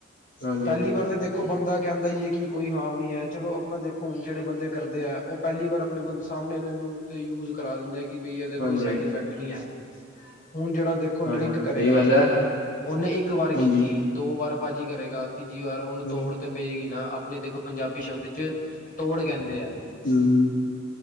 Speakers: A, on the left (about 65°); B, on the left (about 45°).
A: ਹਾਂਜੀ
B: ਪਹਿਲੀ
A: ਹਾਂਜੀ
B: ਵਾਰ ਤਾਂ ਦੇਖੋ ਬੰਦਾ, ਕਹਿੰਦਾ ਹੀ ਹੈ ਕਿ ਕੋਈ ਹਾਰ ਨੀ ਹੈ ਚਲੋ ਆਪਣਾ ਦੇਖੋ ਹੁਣ ਜਿਹੜੇ ਬੰਦੇ, ਕਰਦੇ ਆ ਉਹ ਪਹਿਲੀ ਵਾਰ ਆਪਣੇ ਬੰ ਸਾਹਮਣੇ ਵਾਲੇ ਨੂੰ ਤੇ ਯੂਜ ਕਰਾ ਦਿੰਦੇ ਆ। ਕਿ ਬਈ ਇਹਦਾ
A: ਹਾਂਜੀ
B: ਕੋਈ ਸਾਈਡ
A: ਹਾਂਜੀ
B: ਇਫੈਕਟ ਨੀ ਐ। <unintelligible> ਹੁਣ ਜਿਹੜਾ ਦੇਖੋ
A: ਹਾਂਜੀ
B: ਡਰਿੰਕ
A: ਸਹੀ
B: ਕਰੇਗਾ
A: ਗੱਲ ਹੈ
B: ਉਹਨੇ ਇੱਕ ਵਾਰ
A: ਹਾਂਜੀ
B: ਕੀਤੀ ਦੋ ਵਾਰ, ਭਾਜੀ ਕਰੇਗਾ। ਤੀਜੀ ਵਾਰ ਉਹਨੂੰ
A: ਹਾਂਜੀ
B: ਤੋੜ ਤੇ ਪਏਗੀ ਨਾ ਆਪਣੇ ਦੇਖੋ ਪੰਜਾਬੀ ਸ਼ਬਦ ਚ, ਤੋੜ ਕਹਿੰਦੇ ਹਾਂਜੀ
A: ਹਮ